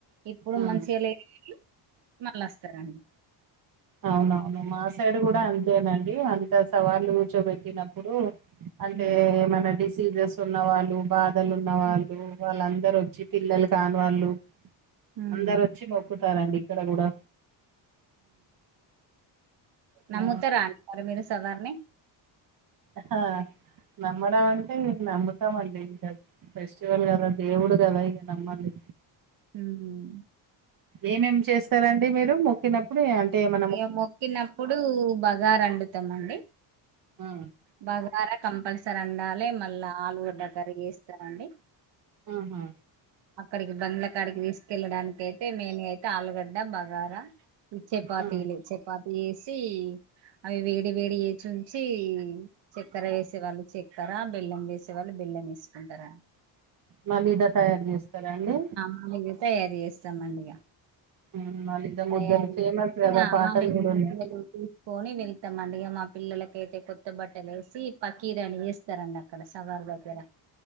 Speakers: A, on the right (about 65°); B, on the right (about 50°).
A: ఇప్పుడు
B: ఆ
A: మంచిగా లేని వీళ్లు మళ్ళొస్తారన్
B: అవునవును మా సైడ్ కూడా అంతేనండి అంత సవాళ్ళు కూర్చోబెట్టిన ప్పుడు అంటే
A: ఉమ్
B: ఏమైనా డిసీసెస్ ఉన్నవాళ్ళు బా దలు ఉన్న వాళ్ళు
A: ఉమ్
B: వాళ్ళందరూ వచ్చి పిల్లలు కాని వాళ్ళు
A: ఉమ్.
B: అందరూ వచ్చి మొ క్కుతారండి ఇక్కడ గూడా
A: నమ్ముతారా
B: ఆ
A: అండి మరి మీరు సవార్ని
B: అహా నమ్మడం అంటే ఇటు నమ్ముతామండి ఇంక ఫెస్టివల్ గాదా దేవుడు గాదా ఇగ నమ్మల్ని
A: ఊహూ
B: ఏమేమి చేస్తారండి మీరు మొక్కిన ప్పుడే అంటే ఏమ
A: ఇగ మొక్కినప్పుడు బగార్ అండుతమండి
B: ఆ
A: బగారా కంపల్సరీ అండాలె మళ్ళ ఆలుగడ్డ కర్రీ చేస్తారండి
B: ఆహా
A: అక్కడికి బంగ్లా కాడికి తీసుకెళ్ళడానికి అయితే మెయిన్ గా అయితే ఆలుగడ్డ బగారా ఈ చపాతీలు
B: ఆ
A: చపాతి ఏసి అవి వేడి వేడి వేచి ఉంచి చెక్కెర వేసేవాళ్ళు చెక్కర బెల్లం వేసేవాళ్ళు బెల్లం వేసుకుంటార
B: మా మీద తయారు చేస్తారా అండి
A: ఆళ్ళకు చెప్పే అది ఏస్తాం అండి ఇగ
B: ఉమ్ ఆళ్ళిద్దరు ముగ్గర్లు
A: తయారు
B: ఫేమస్
A: చేసి
B: గదా
A: ఆ
B: పాటలు
A: మాలలు
B: గూడా
A: ముద్దలు
B: ఉన్నాయ్
A: తీసుకొని వెళ్తామండి ఇగ మా పిల్లలకైతే కొత్త బట్టలు వేసి పకీరా అని వేస్తారన్న అక్కడ సవారు దగ్గర